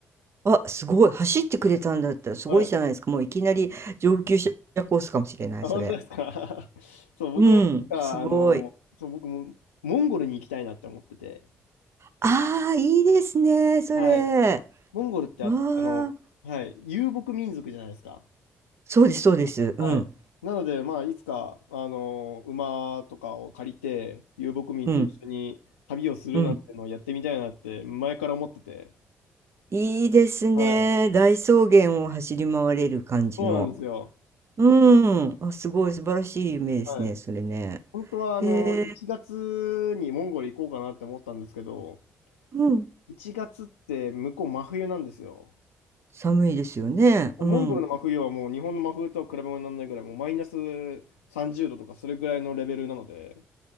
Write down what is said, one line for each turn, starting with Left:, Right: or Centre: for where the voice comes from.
Right: あ、すごい。走ってくれたんだったらすごいじゃないですか。
Left: はい。
Right: もういきなり上級者コースかもしれない、
Left: あ、
Right: それ。
Left: 本当ですか <laughs> そう、僕もなんか、
Right: うん。すごい。
Left: あの、そう、僕もモンゴルに行きたいなって思ってて、
Right: ああ、いいですね、それ。
Left: はい。モンゴルってあ、
Right: わ
Left: あの、
Right: あ。
Left: はい、遊牧民族じゃないですか。
Right: そうです、そうです。うん。
Left: はい。なので、まあ、いつか、あの、馬とかを借りて、遊牧民と一緒に旅をするなんてのをやってみたいなって、
Right: うん。うん。
Left: 前から思ってて、
Right: いいですね。
Left: はい。
Right: 大草原を走り回れる感じの。
Left: そうなんですよ。
Right: うん。あ、すごい素晴らしい夢ですね、
Left: はい。
Right: それね。
Left: 本当は、
Right: へえ、
Left: あの、1月にモンゴル行こうかなって思ったんですけど、
Right: うん。
Left: 1月って向こう真冬なんですよ。
Right: 寒いですよね。
Left: モンゴルの真冬はもう日本の真冬とは比べ物にならないぐらい、
Right: うん。
Left: もうマイナス30度とかそれぐらいのレベルなので、